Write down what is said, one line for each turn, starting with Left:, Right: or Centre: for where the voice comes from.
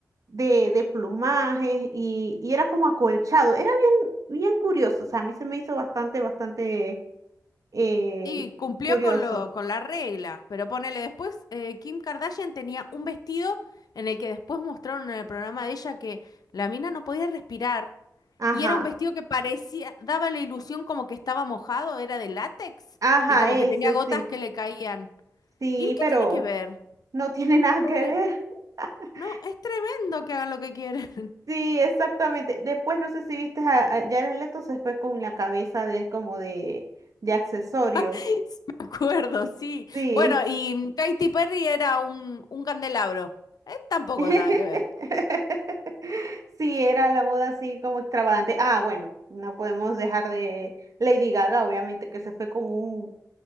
Right: de, de plumajes y, y era como acolchado, era bien, bien curioso, o sea, a mí se me hizo bastante, bastante eh,
Left: Y cumplió
Right: curioso.
Left: con lo, con la regla, pero ponele después, eh, Kim Kardashian tenía un vestido en el que después mostraron en el programa de ella que la mina no podía respirar
Right: Ajá.
Left: y era un vestido que parecía, daba la ilusión como que estaba mojado, era de látex
Right: Ajá,
Left: y como que
Right: ese
Left: tenía gotas
Right: sí.
Left: que le caían.
Right: Sí,
Left: ¿Y qué
Right: pero
Left: tiene que ver? A
Right: no tiene <laughs> nada que ver.
Left: ver,
Right: <laughs>
Left: no, es tremendo que hagan lo que quieren. <laughs>
Right: Sí, exactamente. Después no sé si viste a, a Jared Leto se fue con la cabeza de él como de, de accesorio.
Left: Sí, Me acuerdo, sí.
Right: Sí.
Left: Bueno, y Katy Perry era un, un candelabro. Eh, tampoco
Right: <laughs>
Left: nada que ver.
Right: Sí, era la moda así como extravagante. Ah, bueno, no podemos dejar de Lady Gaga, obviamente, que se fue con un,